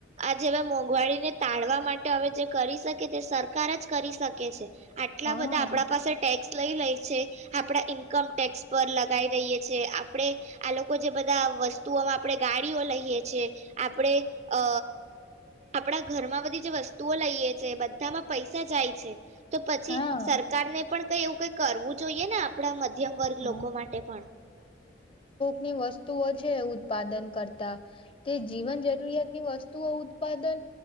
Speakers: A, on the right (about 35°); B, on the left (about 25°).
A: આ જેવા મોંઘવારીને તાળવા માટે હવે જે કરી શકે તે સરકાર જ કરી શકે છે આટલા
B: હા
A: બધા આપણા પાસે ટેક્સ લઈ લે છે, આપણા ઈન્કમ ટેક્સ પર લગાવ રહીએ છે, આપણે આ લોકો લોકો જે બધા વસ્તુઓમાં આપણેે ગાડીઓ લઈએ છે, આપણે અ આપણા ઘરમાં બધી જે વસ્તુઓ લઈએ છે, બધામાં પૈસા જાય છે તો પછી
B: હા
A: સરકારને પણ કંઈ એવું કંઈ કરવું જોઈએ ને આપણા મધ મધ્યમ વર્ગ
B: હા
A: લોકો માટે પણ
B: ની વસ્તુઓ છે ઉત્પાદન કરતા તે જીવન જરૂરિયાત ની વસ્તુઓ ઉત્પાદન